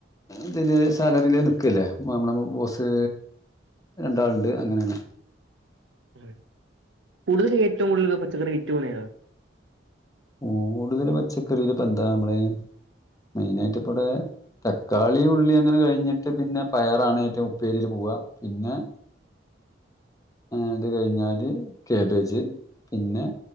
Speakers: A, on the left (about 20°); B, on the right (about 80°).
A: അതില് സാലറീല് നിക്ക് അല്ലേ മാ മ്മള മു ബോസ് രണ്ടാള്ണ്ട് അങ്ങനേണ്
B: ഏഹ് കൂടുതല് ഏറ്റോം കൂടുതലുള്ള പച്ചക്കറി വിറ്റു പോണെയാ
A: കൂടുതല് പച്ചക്കറീലിപ്പെന്താ മ്മളെ മെയിനായിട്ടിപ്പടേ തക്കാളി ഉള്ളി അങ്ങനെ കഴിഞ്ഞിട്ട് പിന്നെ പയറാണ് ഏറ്റവും ഉപ്പേരീല് പൂവ്വാ പിന്നെ അത് കഴിഞ്ഞാല് ക്യാബേജ് പിന്നെ